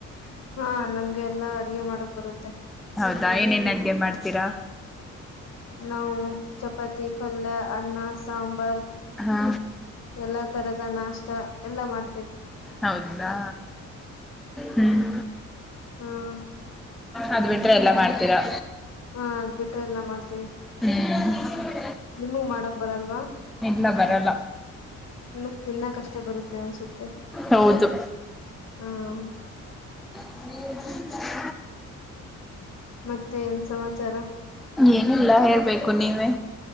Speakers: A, on the left; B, in the centre.
A: ಹಾ ನಮ್ಗೆ ಎಲ್ಲಾ ಅಡ್ಗೆ ಮಾಡಕ್ ಬರುತ್ತೆ
B: ಹೌದಾ ಏನೇನ್ ಅಡ್ಗೆ ಮಾಡ್ತೀರಾ
A: ನಾವು ಚಪಾತಿ ಪಲ್ಯ ಅನ್ನ ಸಾಂಬಾರ್
B: ಹಾ
A: ಎಲ್ಲಾ ತರದ ನಾಷ್ಟ ಎಲ್ಲಾ ಮಾಡ
B: ಹೌದದಾ ಹ್ಮ್
A: ಹ್ಮ್
B: ಅದ್ ಬಿಟ್ರೆ ಎಲ್ಲಾ ಮಾಡ್ತೀರಾ
A: ಹಾ ಅದ್ ಬಿಟ್ರೆ ಎಲ್ಲ ಮಾಡ್ತೀವಿ
B: ಹ್ಮ್
A: ನಿಮಗ್ ಮಾಡಕ್ ಬರಲ್ವಾ
B: ಇಲ್ಲ ಬರಲ್ಲ
A: ನಿಮಗ್ ತಿನ್ನ ಕಷ್ಟ ಬರುತ್ತೆ ಅನ್ಸುತ್ತೆ
B: ಹೌದು
A: ಹ್ಮ
B: ಹ
A: ಮತ್ತೆ ಏನ್ ಸಮಾಚಾರ
B: ಏನಿಲ್ಲ ಹೇಳ್ಬೇಕು ನೀವೇ